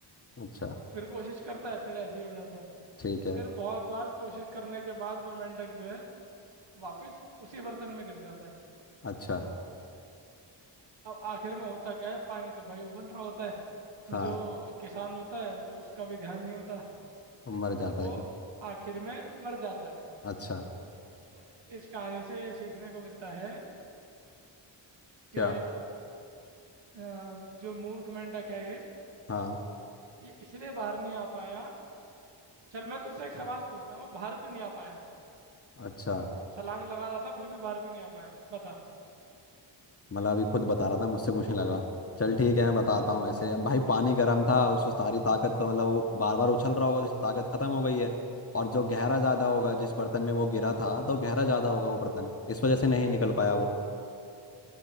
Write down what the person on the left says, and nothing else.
अच्छा
ठीक है
अच्छा
हाँ
मर जाता
है कि
अच्छा
क्या
हाँ
अच्छा
मतलब अभी खुद बता रहा था मुझसे पूछने लगा चल ठीक है मैं बताता
हूँ वैसे भाई पानी गर्म था उससे सारी ताकत तो मतलब वो बार बार उछल रहा होगा तो उसकी ताकत खत्म हो गई है और जो गहरा ज़्यादा होगा जिस बर्तन में वो गिरा था तो गहरा ज़्यादा होगा वो बर्तन इस वजह से नहीं निकल पाया वो